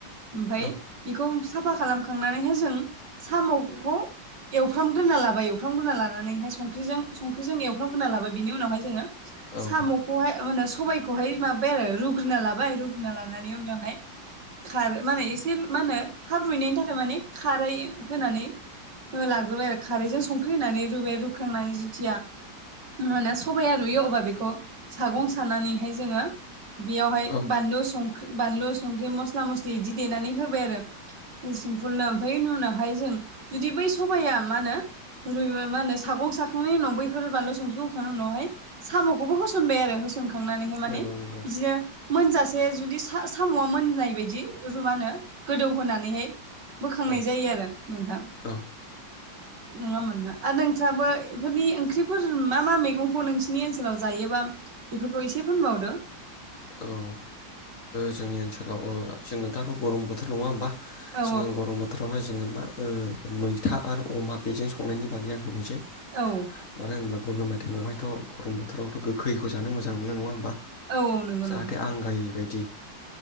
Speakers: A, on the right (about 65°); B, on the left (about 45°).
A: ओमफफ्राय
B: औ
A: बेखौ साफा खालामखांनानैहाय जों साम'खौ एवफ्रामग्रोना लाबाय एवफ्रामग्रोना लानानैहाय संखजों संख्रिजों एवफ्रामग्रोना लाबाय बिनि उनावहाय जोङो
B: औ
A: बेहाय मे सबबायखौहाय माबाय आरो रुग्रोना लाबाय रुग्रोनना लानानै उनावहाय खार माने एसे मा होनो थाब रुइनायनि थाखाय माने खारै होनानै लाग्रोबाय आरो खारैजों संख्रि होनानै रुबाय रुखांनानै जुथिया मा सबाइाया रुयो अब्ला बेखौ सागं सानानैहाय जोङो बेयावहाय
B: औ
A: बानलु संख्रि बानलु संख्रि मस्ला मस्ला मस्लि बिदि देनानै होबाय आरो सिम्पलनो बिनि उनावहाय जों जुदि बै सबाया मा होनो मा होनो <unintelligible> सागं साखांनायनि उनाव बैफोर बानलु संख्रिखौ होखांनायनि उनावहाय साम'खौबो
B: औ
A: होसनबाय आरो होसनखांनानैहाय माने
B: नंगौ नंगौ
A: बिदिनो मोनजासे जुदि साम'आ मोननाय बायदि रुवानो गोदौहोनानैहाय बोखांनाय
B: औ
A: जायो आरो नोंथां
B: ओ औ
A: नङामोनहा आरो नोंथ्राबो बेफोरनि ओंख्रिफोर मा मा मैगंखौ नोंसिोरनि ओनसोलाव जायोबा बेफोरखौ एसे फोनबावदो
B: औ जोंनि ओनसोलाव जोङो दाथ' गरम बोथोर नङा होमबा
A: औ
B: जोङो गरम बोथोरावहाय जोङो मा मैथा आरो अमा बेजों संनायनि बागै आं होनोसै
A: औ
B: मानो होनबा गरल माइथाइमावहायथ' गरम बोथोरावथ' गोखैखौ जानो मोजां मोन नङा होनोमबा
A: औ औ नंगौ
B: जाहाथे
A: नोंथां
B: आं राय बायदि